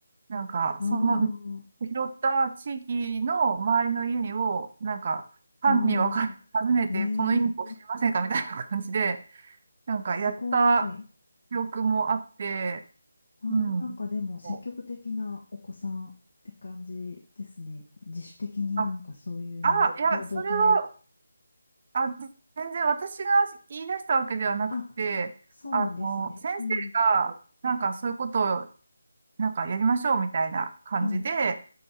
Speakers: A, on the right; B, on the left.
A: なんか、
B: あ
A: その、拾った地域の周りの家を、なんか、班にん。
B: あ、ああ、
A: 分かれて訪ねて、
B: ええ
A: このインコ知りませんかみたいな感じで、<laughs> なんか、
B: すごい。
A: やった記憶もあって、
B: ああ、
A: うん。
B: なんかでも積極的なお子さんって感じですね。
A: こう、
B: 自主的になんかそういうのを行動を取られて。
A: あ、あ、いや、それは、あ、全然私が言い出したわけではなくて、
B: あ、そうなんですね。
A: あの、先生が、
B: うん。
A: なんか、そういうことを、なんか、やりましょうみたいな感じで、
B: はい。